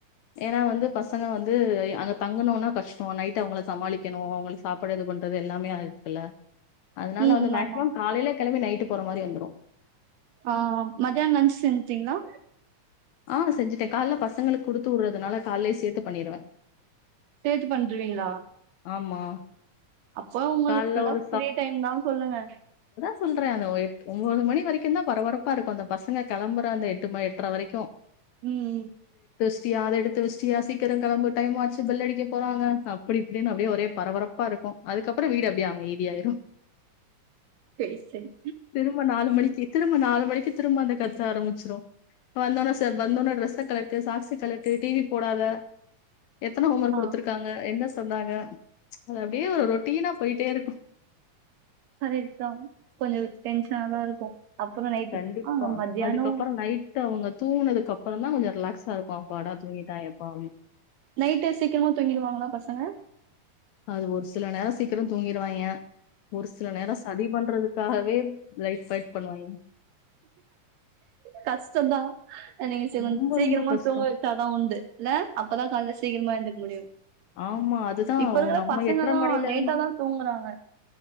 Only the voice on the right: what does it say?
ம்
ஆமா
ஆ மதியான லன்ச் செஞ்சிட்டிங்களா
சேத்து பண்டுருவீங்களா
அப்போ ஒங்களுக்கு
புல்லா
ஃப்ரீ டைம் தா சொல்லுங்க
உம்
செர் செர்
ஆ
அதேதா கொஞ்சோ டென்ஷனாதா இருக்கு அப்புறோ நைட்டு
ஆ மத்தியானோ
நைட்டு சீக்கிரமா தூங்கிடுவாங்களா பசங்க
கஷ் டந்தா அன்னைக்கு
அது சீக்கிரமா
தூங்க வைச்சாதா உண்டு இல்ல அப்பதா கால்லதா சீக்கிரமா எழுந்தூக்க முடியு
இப்ப இருக்க
பசங்க
எல்லாம்
லேட்டாதான்
தூங்குறாங்க